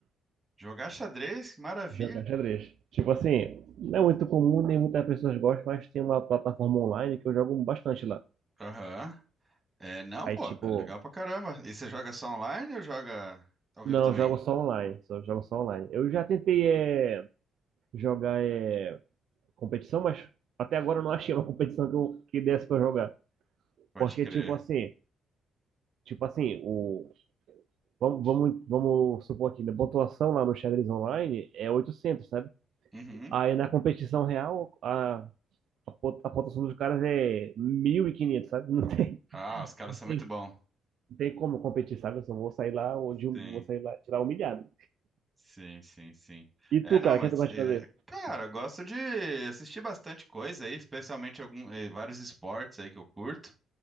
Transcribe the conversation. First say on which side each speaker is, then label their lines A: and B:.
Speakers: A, on the right; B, on the right.
A: Jogar xadrez, que maravilha.
B: Jogar xadrez. Tipo assim, não é muito comum, nem muitas pessoas gostam, mas tem uma plataforma online que eu jogo bastante lá.
A: Aham. É, não,
B: Aí,
A: pô,
B: tipo,
A: é legal pra caramba. E você joga só online ou joga ao vivo
B: não,
A: também?
B: eu jogo só online, só jogo só online. Eu já tentei é, jogar é, competição, mas até agora eu não achei uma competição que, eu, que desse pra jogar.
A: Pode
B: Porque,
A: crer.
B: tipo assim, tipo assim, o, vamos, vamos, vamos supor aqui, a pontuação lá no xadrez online é 800, sabe?
A: Uhum.
B: Aí na competição real, a, a, po- a pontuação dos caras é 1.500, sabe? Não tem,
A: Ah, os caras
B: não
A: são muito
B: tem,
A: bons.
B: não tem como competir, sabe? Eu só vou sair lá onde eu
A: Sim,
B: vou sair lá, tirar humilhado.
A: sim, sim, sim.
B: E
A: É,
B: tu,
A: não,
B: cara,
A: mas,
B: o que tu gosta
A: é,
B: de fazer?
A: cara, eu gosto de assistir bastante coisa aí, especialmente algum, eh, vários esportes aí que eu curto.